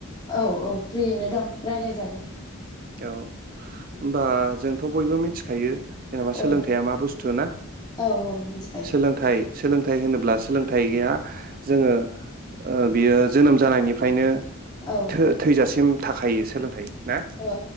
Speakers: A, on the left (about 20°); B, on the right (about 40°).
A: औ औ फ्रियैनो दं रायज्लायजागोन,
B: औ होमबा जोंथ' बयबो मिथिखायो, एबा सोलोंथाइआ
A: औ
B: मा बुस्तु थुना
A: औ औ मिथिखायो
B: सोलोंथाइ सोलों सोलोंथाइ होनोब्ला सोलोंथाया जोङो ओ बियो जोनोम जानायनिफ्रायनो,
A: औ
B: थो थैजासिम, थाखायो सोलोंथाइ, ना
A: औ